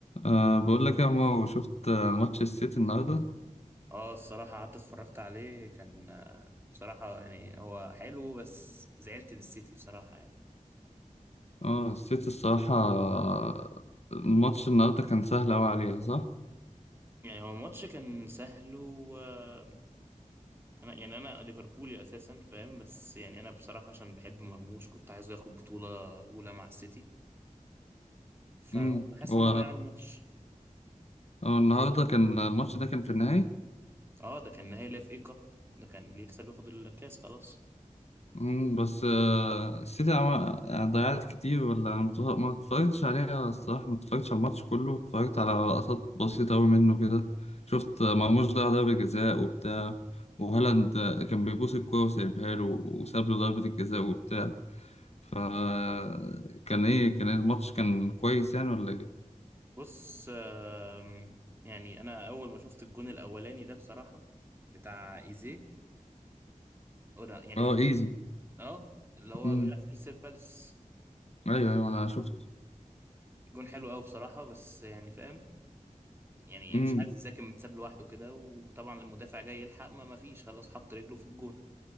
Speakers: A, on the left (about 50°); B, on the right (about 15°).
A: أه بقول لك يا مو شفت آه، ماتش السيتي النهارده
B: اه الصراحة قعدت اتفرجت عليه كان آه، بصراحة يعني هو حلو بس زعلت للسيتي بصراحة يعني
A: اه السيتي الصراحة آه، الماتش النهارده كان سهل أوي عليها صح؟
B: يعني هو الماتش كان سهل و آه، انا يعني انا ليفربولي اساسا فاهم بس يعني انا بصراحة عشان بحب مرموش كنت عايزه ياخد بطولة اولى مع السيتي فهم
A: امم
B: حاسس
A: هو
B: ان هم ضيعوا الماتش
A: هو النهارده كان الماتش ده كان في النهائي
B: اه ده كان نهائي لاف اي كاب ده كان اللي يكسب ياخد الكاس خلاص
A: امم بس آه، السيتي عمل يعني ضيعت كتير ولا أنا مت- ما اتفرجتش عليها الصراحة ما اتفرجتش على الماتش كله اتفرجت على لقطات بسيطة أوي منه كده شفت آه، مرموش ضيع ضربة جزاء وبتاع وهالاند آه، كان بيبوس الكورة وسايبها له وساب له ضربة الجزاء وبتاع فكان ايه كان الماتش كان كويس يعني ولا ايه
B: بص آم، يعني انا اول ما شفت الجون الاولاني ده بصراحة بتاع ايزيه أو ده يعني
A: اه ايزي
B: اه اللي هو
A: امم
B: بيلعب في كريستال بالاس
A: ايوه ايوه انا
B: أيوة.
A: شفت
B: الجون حلو قوي بصراحة بس يعني فاهم يعني
A: امم
B: مش عارف ازاي كان متساب لوحده كده وطبعا المدافع جاي يلحق ما ما فيش خلاص حط رجله في الجون